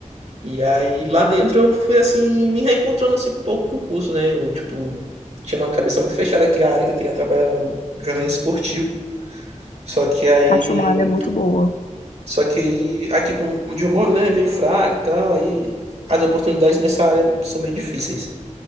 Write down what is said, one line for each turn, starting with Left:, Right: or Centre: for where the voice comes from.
Right: E aí lá dentro eu fui assim, me reencontrando assim um pouco com o curso, né? Eu, tipo, tinha uma cabeça muito fechada que a área que eu queria trabalhar era o jornalismo esportivo. Só que aí.
Left: Acho uma área muito boa.
Right: Só que aí, aqui pra um, onde eu moro, né, é meio fraco e tal. Aí as oportunidades nessa área são meio difíceis.